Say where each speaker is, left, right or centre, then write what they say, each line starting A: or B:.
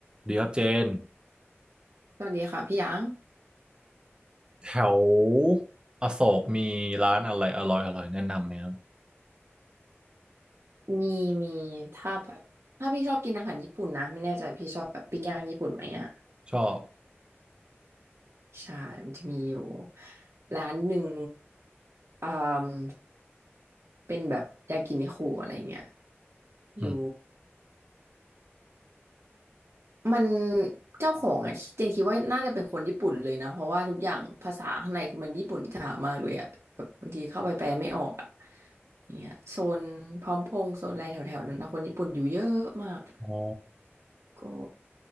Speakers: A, on the right (about 20°); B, on the right (about 80°).
A: เดี๋ยวเจน
B: สวัสดีค่ะพี่หยาง
A: แถวอโศกมีร้านอะไรอร่อยอร่อยแนะนำไหมครับ
B: มีมีถ้าแบบถ้าพี่ชอบกินอาหารญี่ปุ่นนะไม่แน่ใจพี่ชอบแบบปิ้งย่างญี่ปุ่นไหมอ่ะ
A: ชอบ
B: ใช่มันจะมีอยู่ร้านหนึ่งอ่าเป็นแบบยากินิคุอะไรเงี้ยอยู่
A: อืม
B: มันเจ้าของอ่ะเจนคิดว่าน่าจะเป็นคนญี่ปุ่นเลยนะเพราะว่าทุกอย่างภาษาข้างในคือมันญี่ปุ่นจ๋ามากเลยอ่ะแบบบางทีเข้าไปแปลไม่ออกอ่ะอย่างเงี้ยโซนพร้อมพงษ์โซนอะไรแถวๆนั้นนะคนญี่ปุ่นอยู่เยอะมาก
A: อ๋อ
B: ก็